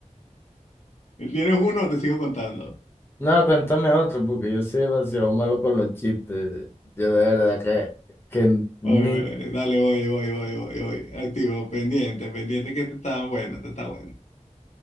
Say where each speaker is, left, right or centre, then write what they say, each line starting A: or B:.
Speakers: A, on the left; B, on the left.
A: ¿Tienes uno o te sigo contando?
B: No, cuéntame otro, porque yo soy demasiado malo con los chistes. Yo de verdad que, que ni...
A: Oye, oye, dale, oye, oye, oye, oye, oye. Activo, pendiente, pendiente, que este está bueno, este está bueno.